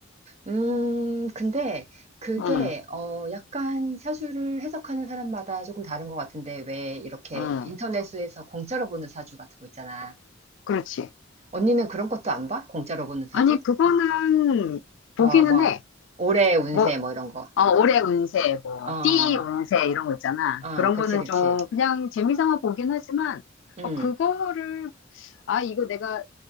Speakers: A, on the right; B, on the left.
A: 음 근데 그게
B: 응,
A: 어 약간 사주를 해석하는 사람마다 조금 다른 것 같은데 왜 이렇게
B: 응,
A: 인터넷에서 공짜로 보는 사주 같은 거 있잖아.
B: 그렇지.
A: 언니는 그런 것도 안 봐? 공짜로 보는 사주?
B: 아니 그거는 보기는
A: 뭐 뭐
B: 해.
A: 올해 운세
B: 뭐
A: 뭐 이런 거.
B: 어, 올해 운세, 뭐,
A: 아,
B: 띠 운세, 이런 거 있잖아.
A: 아,
B: 그런
A: 그치,
B: 거는
A: 그치.
B: 좀 그냥 재미삼아 보긴 하지만,
A: 음,
B: 어, 그거를, 아, 이거 내가